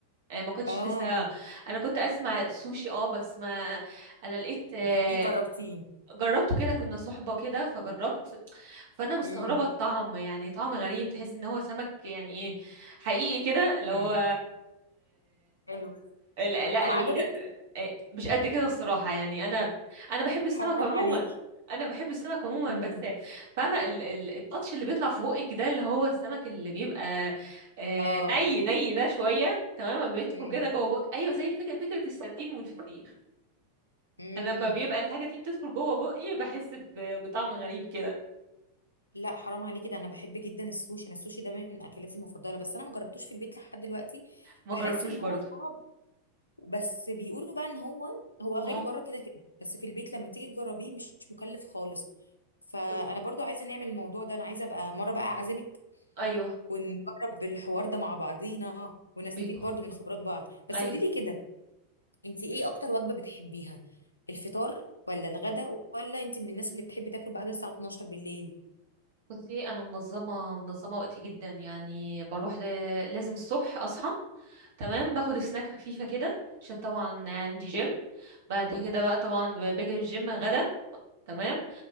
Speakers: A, on the right (about 55°); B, on the left (about 80°).
A: انا ما كنتش
B: اه
A: لسه انا كنت اسمع سوشي اه بس ما انا لقيت آه،
B: ما كنتيش جربتيه
A: جربته كده كنا صحبة كده فجربت فأنا مستغربة
B: امم
A: الطعم يعني طعم غريب تحس إن هو سمك يعني إيه حقيقي كده اللي هو
B: امم حلو
A: لا لا
B: طب
A: ال-
B: عجبك
A: آه، مش قد كده الصراحة يعني أنا أنا بحب السمك
B: حرام
A: عموما
B: عليكي
A: أنا بحب السمك عموما
B: امم
A: بس فاهمة ال- ال- التاتش اللي بيطلع في بقك ده اللي هو السمك اللي بيبقى آه،
B: اه
A: ني ني ده شوية تمام بيدخل
B: امم
A: كده جوه بقك أيوه زي الفكرة فكرة السردين والفسيخ
B: إمم.
A: انا لما بيبقى الحاجه دي بتدخل جوه بقي بحس ب- بطعم غريب كده
B: لا حرام عليكي ده انا بحب جدا السوشي انا السوشي ده من اكلاتي المفضله بس انا ما جربتوش في البيت لحد دلوقتي
A: ما
B: بحس
A: جربتوش
B: ان
A: برضو
B: هو صعب بس بيقولوا بقى ان هو هو غالي
A: اه
B: بره كده كده بس في البيت لما تيجي تجربيه مش مكلف خالص فانا
A: ب-
B: برضو عايزه نعمل الموضوع ده انا عايزه ابقى مره بقى اعزمك
A: ايوه
B: ونجرب الحوار ده مع بعضينا ونستفيد
A: بيكو
B: برضو من خبرات بعض بس
A: ايوه
B: قولي لي كده انت ايه اكتر وجبه بتحبيها الفطار ولا الغدا ولا انت من الناس اللي بتحب تاكل بعد الساعه 12 بالليل
A: بصي انا منظمه منظمه وقتي جدا يعني بروح ده لازم الصبح اصحى تمام باخد سناك خفيفه كده عشان طبعا عندي جيم بعد كده بقى طبعا ب- باجي الجيم غدا تمام